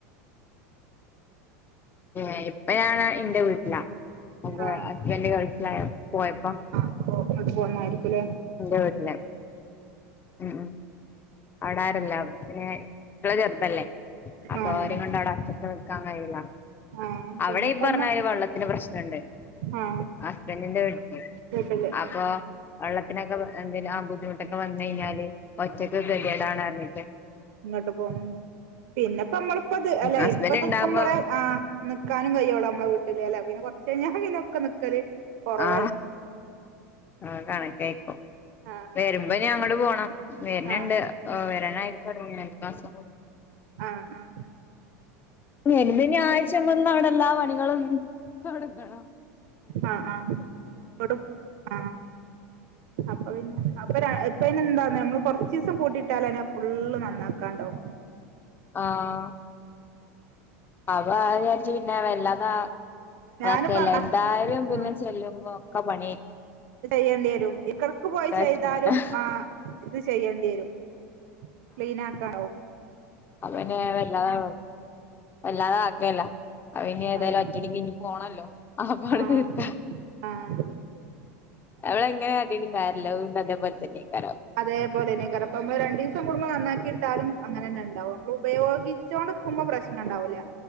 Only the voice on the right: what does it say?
ആഹ്
അപ്പൊ ഓ അങ്ങോട്ട് പോന്നായിരിക്കുംല്ലേ.
ആഹ്
ആഹ്
പിന്നെപ്പമ്മ
ആഹ്
വീട്ടില്
ഇന്ന്ട്ട് പോ പിന്നെപ്പോ നമ്മള് പ്പത് അല്ല
ഇപ്പൊ നീക്കുമ്പോള്
ആ. ന്ക്കാനും കയ്യോള്ളൂ നമ്മടെ വീട്ടില് പിന്നെ കുറച്ചയ് ഞാ പിനെ ഒക്കെ നിക്കല്. കൊറവായി
ആഹ്
ആഹ്
ആ ആഹ്
ആ ആഹ് ട് ആ അപ്പ പിന്നെ അപ്പൊ ഇപ്പെ എന്താ നമ്മൾ കൊറച്ച <unintelligible> പൂട്ടയിട്ടാലന്നെ ഫുള് നന്നാക്കാണ്ടാവും.
ഞാനിപ്പ
ആഹ്
ചെയ്യേണ്ടി വരും എക്കടക്ക് പോയി
ചെയ്താലും
ആ ഇത് ചെയ്യേണ്ടിരും. ക്ലീൻ ആകണവും.
ആഹ്
ആഹ്
ആഹ്
അതേപോലെന്നെ കാരം നമ്മള് രണ്ടിസം കൂടുമ്പോ നന്നാക്കി ഇട്ടാലും അങ്ങനെ തന്നെ ഉണ്ടാവും നമ്മൾ ഉപയോഗി ച്ചോണ്ട്ക്കുമ്പോ പ്രശ്നം ഉണ്ടാവൂല്ല